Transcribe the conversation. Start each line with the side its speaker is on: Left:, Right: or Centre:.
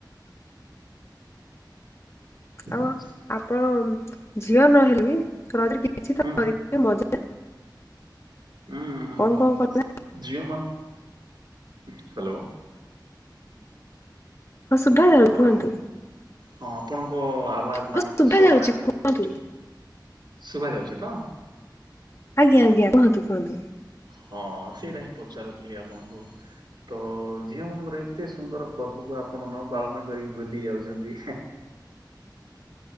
Right: ନମସ୍କାର।
Left: ଆଉ ଆପଣ ଝିଅ ନହେଲେ ବି, ଘରେ କିଛି
Right: ହୁଁ
Left: ତ କରିିଥିବେ ମଜା?
Right: ଉଁ ହୁଁ
Left: କଣ
Right: ହୁଁ,
Left: କଣ କଲେ
Right: ଜିଓମାନ, ହ୍ୟାଲୋ।
Left: ହଁ ସୁଭାଦା
Right: ହ୍ୟାଲୋ
Left: କୁହନ୍ତୁ?
Right: ହଁ ଆପଣଙ୍କ ଆବାଜ ମାନେ
Left: ହଁ
Right: କି
Left: ଶୁଭା
Right: ସ୍ୱର
Left: ଯାଉଛି
Right: ଟା ଟିକେ,
Left: କୁହନ୍ତୁ।
Right: ଶୁଭା ଯାଉଛି ତ?
Left: ଆଜ୍ଞା ଆଜ୍ଞା, କୁହନ୍ତୁ କୁହନ୍ତୁ।
Right: ହଁ ସେଇଟା ହିଁ ପଚାରୁଥିଲି ଆପଣଙ୍କୁ। ତ ଝିଅମାନଙ୍କର ଏତେ ସୁନ୍ଦର ପର୍ବକୁ ଆପଣ ନ ପାଳନ କରିକି ଭୁଲି ଯାଉଛନ୍ତି।